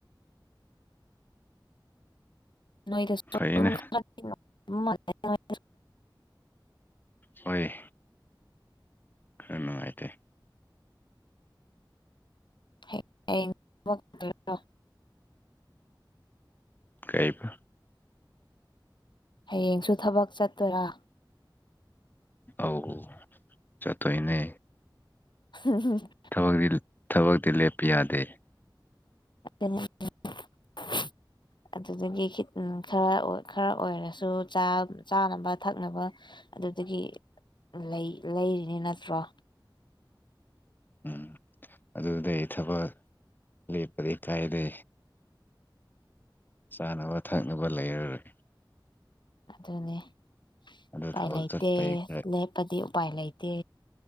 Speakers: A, on the left (about 65°); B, on the left (about 25°).
A: ꯅꯣꯏꯗ <unintelligible>
B: ꯐꯩꯅꯦ ꯍꯣꯏꯌꯦ ꯈꯔꯥ ꯅꯨꯡꯉꯥꯏꯇꯦ
A: ꯣ <unintelligible>
B: ꯀꯩꯕ
A: ꯍꯌꯦꯡꯁꯨ ꯊꯕꯛ ꯆꯠꯇꯣꯏꯔꯥ
B: ꯑꯧ ꯆꯠꯇꯣꯏꯅꯦ
A: ꯎꯝꯝ <unintelligible>
B: ꯊꯕꯛꯇꯤ ꯊꯕꯛꯇꯤ ꯂꯦꯞꯄ ꯌꯥꯗꯦ
A: ꯑꯗꯨ <unintelligible> ꯑꯗꯨꯗꯒꯤꯈꯤꯠ ꯎꯝ ꯈꯔꯥ ꯈꯔꯥ ꯑꯣꯏꯔꯁꯨ ꯆꯥ ꯆꯥꯅꯕ ꯊꯛꯅꯕ ꯑꯗꯨꯗꯒꯤ ꯂꯩ ꯂꯩꯔꯤꯅꯤ ꯅꯠꯇ꯭ꯔꯣ
B: ꯎꯝ ꯑꯗꯨꯗꯩ ꯊꯕꯛ ꯂꯦꯞꯄꯗꯤ ꯀꯥꯏꯗꯦ ꯆꯥꯅꯕ ꯊꯛꯅꯕ ꯂꯩꯔꯔꯣꯏ
A: ꯑꯗꯨꯅꯦ
B: ꯑꯗꯨ
A: ꯎꯄꯥꯏ
B: ꯊꯕꯛ
A: ꯂꯩꯇꯦ
B: ꯆꯠꯄꯩ ꯈꯔ
A: ꯂꯦꯞ ꯄꯗꯤ ꯎꯄꯥꯏ ꯂꯩꯇꯦ